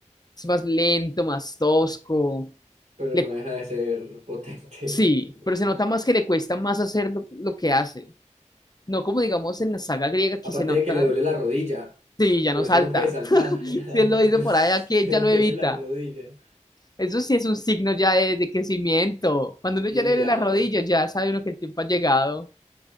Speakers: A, on the left; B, on the right.
A: Es más lento, más tosco.
B: pero
A: Le,
B: no deja de ser potente.
A: sí,
B: <laughs>
A: pero se nota más que le cuesta más hacer lo lo que hace. No como digamos en la saga griega que
B: Aparte
A: se nota,
B: de que le duele la rodilla,
A: sí, ya
B: por
A: no
B: eso
A: salta.
B: no puede saltar.
A: <laughs> Si él lo dice
B: <laughs>
A: por allá que
B: Le
A: ya
B: duele
A: lo evita.
B: la rodilla.
A: Eso sí es un signo ya de, de crecimiento. Cuando uno
B: Sí,
A: ya le duele
B: ya.
A: las rodillas, ya sabe uno que el tiempo ha llegado.